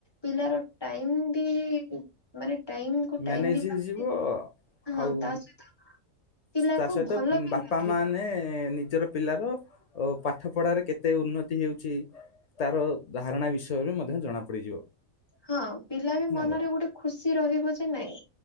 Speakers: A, on the left; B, on the left.
A: ପିଲାର ଟାଇମ ବି ମାନେ ଟାଇମ କୁ ଟାଇମ
B: ମ୍ୟାନେଜ
A: ବି
B: ହେଇଯିବ
A: ପାଇବେ।
B: ଅ
A: ହଁ
B: ଆଉ
A: ତା ସହିତ ପିଲାକୁ
B: ତା ସହିତ
A: ଭଲ ବି
B: ବାପା
A: ଲାଗିବ
B: ମାାନେ ନି ନିଜର ପିଲାର ଅ ପାଠ ପଢାରେ କେତେ ଉନ୍ନତି ହେଉଛି ତାର ଧାରଣା ବିଷୟ ବି ମଧ୍ୟ ଜଣା ପଡିଯିବ।
A: ହଁ ପିଲା ବି ମନରେ
B: ନା କଣ
A: ଗୋଟେ ଖୁସି ରହିବ ଯେ ନାଇଁ